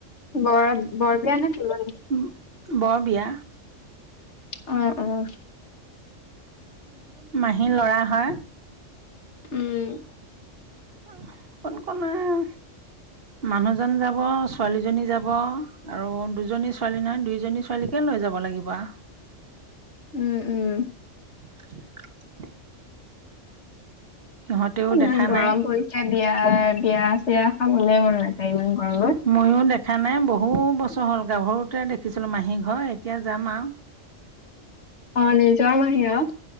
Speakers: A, on the left; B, on the right.
A: বৰ বৰ বিয়া নে তুলনি
B: উম বৰ বিয়া
A: উম উম
B: মাহীৰ লৰা হয়।
A: উম।
B: আহ, কোন কোন আহ মানুহজন যাব, ছোৱালীজনী যাব আৰু দুজনী ছোৱালী নহয় দুইজনী ছোৱালী কে লৈ যাব লাগিব আ
A: উম উম।
B: <unintelligible> সিহঁতেও
A: ইমান
B: দেখা
A: গৰম
B: নাই
A: পৰিছে, বিয়া বিয়া চয়া খাবলে মন লাগে ইমান গৰমত।
B: ময়ো দেখা নাই। বহু বছৰ হ'ল গাভৰুতে দেখিছিলোঁ মাহী ঘৰ এতিয়া যাম আও
A: অঁ, নিজৰ মাহি আও।